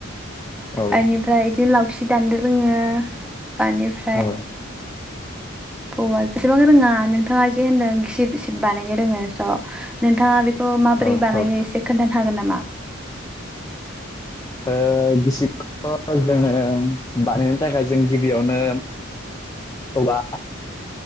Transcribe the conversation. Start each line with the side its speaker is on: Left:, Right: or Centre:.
Left: औ
Centre: बेनिफ्राय बिदिनो लावथि दान्नो रोङो बेनिफ्राय।
Left: औ
Centre: औवा <unintelligible> जेसेबां रोङा नोंथाङा जे होनदों गिसिब। गिसिब बानायनो रोङो स' नोंथाङा बेखौ माबोरै
Left: औ
Centre: बानायो
Left: औ
Centre: एसे खोन्थानो हागोन नामा?
Left: ओ गिसिब थ' जोङो बानायनो थाखाय जों गिबियावनो। औवा।